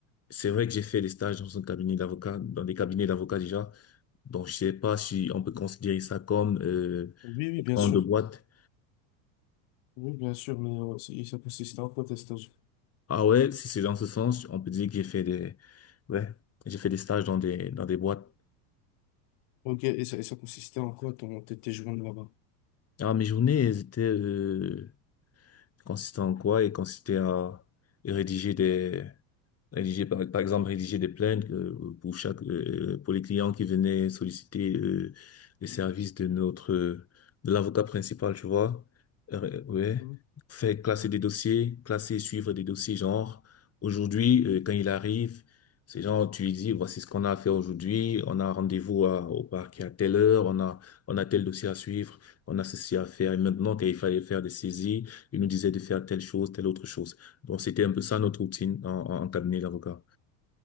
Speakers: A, on the left; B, on the left.
A: C'est vrai que j'ai fait des stages dans un cabinet d'avocat, dans des cabinets d'avocats déjà. Donc, je sais pas si on peut considérer ça comme euh,
B: Oui, oui, bien
A: en
B: sûr.
A: de boîte.
B: Oui, bien sûr, mais euh, ça, et ça consistait en quoi tes stages?
A: Ah ouais, si c'est dans ce sens, on peut dire que j'ai fait des, ouais, j'ai fait des stages dans des, dans des boîtes.
B: Ok, et ça, et ça consistait en quoi ton, tes, tes journées là-bas?
A: Ah, mes journées, elles étaient euh, consistaient en quoi? Elles consistaient à rédiger des Rédiger par, par exemple rédiger des plaintes euh, pour chaque euh, pour les clients qui venaient solliciter euh, les services de notre euh, de l'avocat principal, tu vois. Euh, ouais,
B: Hmm.
A: faire classer des dossiers, classer, suivre des dossiers genre aujourd'hui euh, quand il arrive, c'est genre tu lui dis voici ce qu'on a à faire aujourd'hui, on a rendez-vous à- au parquet à telle heure, on a on a tel dossier à suivre, on a ceci à faire et maintenant qu'il fallait faire des saisies, il nous disait de faire telle chose, telle autre chose. Donc, c'était un peu ça notre routine en, en en cabinet d'avocat.